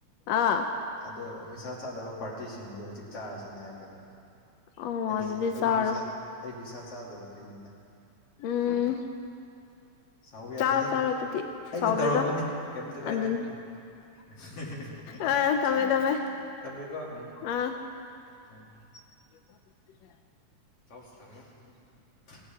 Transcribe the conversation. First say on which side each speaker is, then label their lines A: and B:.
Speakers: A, on the left (about 75°); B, on the left (about 50°).
A: ꯑꯥ
B: ꯑꯗꯣ ꯍꯨꯏꯁꯥ ꯆꯥꯗꯕ ꯄꯥꯔꯇꯤꯁꯤꯡꯗꯣ ꯍꯧꯖꯤꯛ ꯆꯥꯔꯁꯤꯅ ꯍꯥꯏꯕꯗꯨꯒꯤ
A: ꯑꯣ
B: ꯑꯩꯁꯤ
A: ꯑꯗꯨꯗꯤ
B: ꯑꯩ
A: ꯆꯥꯔꯣ
B: ꯍꯨꯏꯁ ꯑꯩ ꯍꯨꯏꯁꯥ ꯆꯥꯗꯕꯗꯣꯏꯅꯤꯗ <inaudible>
A: ꯎꯝ
B: ꯁꯎꯕꯥꯥ ꯌꯥꯗꯦꯍꯦ
A: ꯆꯥꯔꯣ ꯆꯥꯔꯣ ꯑꯗꯨꯗꯤ
B: ꯑꯩꯅ
A: ꯁꯥꯎꯗꯦꯗ
B: ꯇꯧꯔꯛꯄꯅꯦ ꯀꯩꯝꯇ ꯀꯥꯏꯗꯦ
A: ꯑꯗꯨꯅꯤ
B: ꯎꯝ <unintelligible>
A: ꯑ ꯊꯝꯃꯦ ꯊꯝꯃꯦ
B: ꯇꯝꯃꯦꯀꯣ <unintelligible>
A: ꯑꯥ <inaudible>
B: ꯆꯥꯎꯁ <unintelligible>